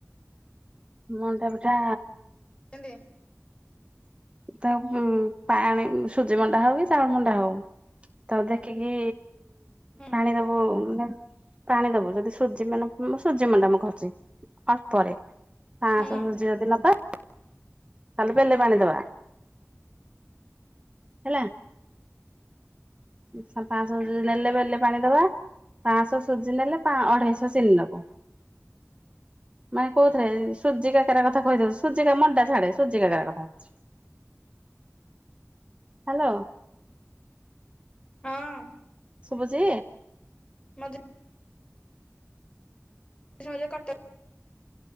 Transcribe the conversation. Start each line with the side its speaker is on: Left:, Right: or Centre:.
Right: ମୁଣ୍ଡା ପିଠା
Left: <unintelligible>
Right: ତା ଉ ପାଣି ସୁଜି ମଣ୍ଡା ହଉ କି ଚାଉଳ ମଣ୍ଡା ହଉ ତାକୁ ଦେ ଖିକି
Left: ହୁଁ
Right: ପାଣିଦୋବୁ। ପାଣି ଦୋବୁ ଯଦି ସୂର୍ଯ୍ୟ ମାନେ ସୂର୍ଯ୍ୟମଣ୍ଡ ମୁ କୋହୁଚିଛି ଅଳ୍ପରେ। ପାଁସ
Left: ହୁଁ
Right: ଯୋଉଦିନ ପା ସଲପେଲେ ପାଣିଦବା ହେଲା। ସ ପାଁସ ନେଲେ ବେଲେ ପାଣି ଦବା। ପାଁଶ ସୁଜି ନେଲେ ପା ଅଢେଇଶହ ଚିନି ନୋବୁ। ମାଇେ କହୁଥିଲେ ସୁଜ କା କରା କଥା କହିଥଉୁ ସୁଜିକା ମଣ୍ଡା ଛାଡ ସ ସୁର୍ଯ୍ୟ କା କ କଥା କୋହୁଛି। ହାଲୋ।
Left: ହଁ।
Right: ଶୁଭୁଚି?
Left: <unintelligible> ଝଁଲେ କଟକ୍